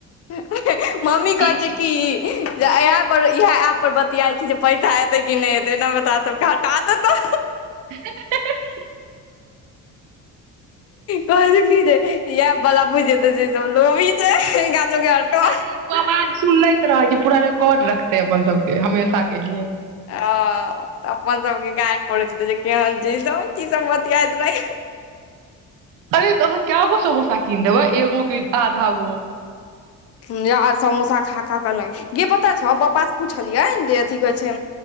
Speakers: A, on the left; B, on the right.
A: <unintelligible> मम्मी कहै
B: ई-
A: छैय कि इ इएह एप पर बतियाई छी जे पैसा एतै कि नहि एतै एनामे ते तोरा सबके हटा देतो।
B: <unintelligible>
A: कह कि इ बला पूज तऽ जे तोड़ा त
B: अरे ओ आवाज सुनैत रहै छैय पूरा रिकॉर्ड रखते अपन सबके हमेशा के लिए
A: ह त अपन सबके गार पढ़ै हेते जे केन छैय इ सभ कि सभ बतियात रहे।
B: अरे तऽ अहाँ केगो समोसा कीन देबै एगो के आधा गो।
A: यहांके समोसा खा खा कहल गे पता छौ पपा से पूछलियै जे थीके छैय।